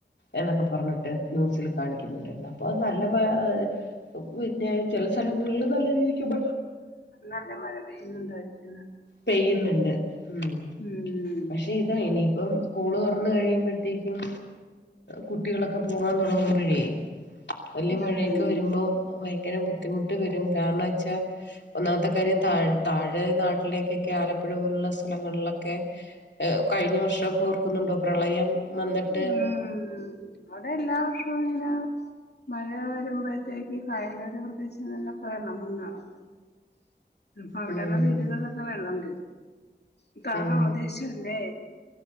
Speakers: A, on the left; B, on the left.
A: എന്നൊക്കെ പറഞ്ഞിട്ട് ന്യൂസിൽ കാണിക്കുന്നുണ്ടാരുന്നു അപ്പൊ നല്ല <unintelligible> <unintelligible> ന്നെ ചെല സ്ഥലങ്ങളില് നല്ല രീതിക്കു <inaudible>
B: നല്ല മഴ പെയ്യുന്നുണ്ടായിരിക്കും
A: പെയ്യുന്നുണ്ട്. ഉം.
B: ഉം
A: പക്ഷെ, ഇതാ ഇനിയിപ്പം സ്ക്കൂള് തുറന്ന് കഴിയുമ്പോഴത്തേക്കും, കുട്ടികളൊക്കെ പോകാൻ തുടങ്ങുമ്പോഴേ വലിയ
B: ഉം
A: മഴയൊക്കെ വരുമ്പോ, ഭയങ്കര ബുദ്ധിമുട്ട് വരും. കാരണം ച്ചാൽ, ഒന്നാമത്തെ കാര്യം താഴ് താഴെ നാട്ടിലേക്കൊക്കെ ആലപ്പുഴ പോലുള്ള ഉള്ള സ്ഥലങ്ങളിലൊക്കെ കഴിഞ്ഞ വർഷൊക്കെ ഓർക്കുന്നുണ്ടോ? പ്രളയം വന്നിട്ട്
B: ഉം. അവിടെ എല്ലാ <unintelligible> മഴ വരുമ്പോഴത്തേക്ക് കയലോര പ്രദേശങ്ങളിലൊക്കെ വേണം <unintelligible> അപ്പൊ അവിടെള്ള
A: ഉം
B: വീടുകളിലൊക്കെ വെള്ളം <unintelligible> താന്ന
A: ഉം
B: പ്രദേശല്ലേ!